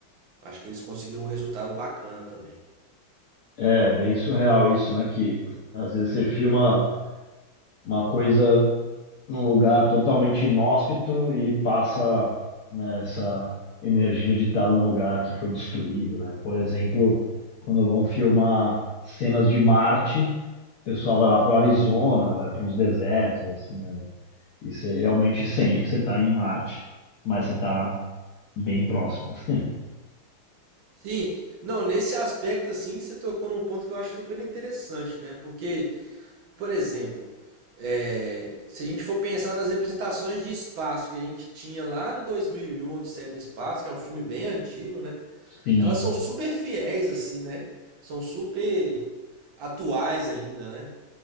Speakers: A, on the right; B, on the left.
A: acho que eles conseguiram um resultado bacana também.
B: É bem surreal isso, né? Que às vezes você filma uma coisa num lugar totalmente inóspito e passa, né, essa energia de estar num lugar que foi destruído, né? Por exemplo, quando vão filmar cenas de Marte, o pessoal vai lá para o Arizona, vai para uns desertos, assim, né? E você realmente sente que você está em Marte, mas você está bem próximo. <laughs>
A: Sim, não, nesse aspecto, assim, você tocou num ponto que eu acho super interessante, né? Porque, por exemplo, é, se a gente for pensar nas representações de espaço que a gente tinha lá no 2001, Odisseia no Espaço, que é um filme bem antigo, né?
B: Sim.
A: Elas são super fiéis, assim, né? São super atuais ainda, né?